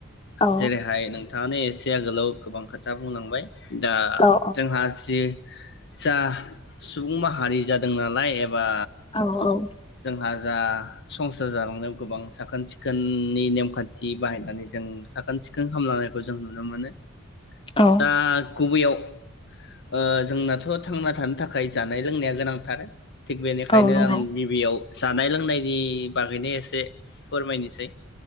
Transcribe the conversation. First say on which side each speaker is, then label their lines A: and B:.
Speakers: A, on the left; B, on the left.
A: औ
B: जेरैहाय नोंथ थांङानो एसे आगोलाव गोबां खोथा बुंलांबाय। दा
A: औ
B: जोंहा जि जा सुबुं माहारि जादों नालाय एब बा
A: औ औ
B: जोंहा जा संसार जालांनायाव गोबां साखोन सिखोननि नेमखान्थि बाहायनानै जों साखोन सिखोन खालामलांनायखौ जों नुनो मोनो।
A: औ
B: दा गुबैयाव ओ जोंनाथ' थांना थानो थाखाय जानाय लोंनाया गोनांथार। थिग बेनिखायनो
A: औ नंगौ
B: आं गिबियाव जानाय लोंनायनि बागैनो एसे फोरमायनोसै।